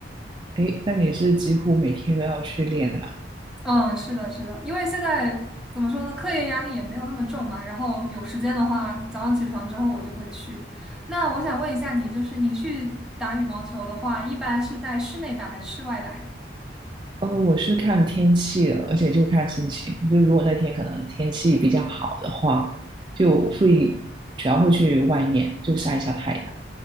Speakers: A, on the right; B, in the centre.
A: 诶，那你是几乎每天都要去练啦？
B: 嗯，是的，是的，因为现在怎么说呢，课业压力也没有那么重嘛。然后有时间的话，早上起床之后我就会去。那我想问一下你，就是你去打羽毛球的话，一般是在室内打还是室外打呀？
A: 哦，我是看天气的，而且就看心情。就如果那天可能天气比较好的话，就会主要会去外面就晒一下太阳。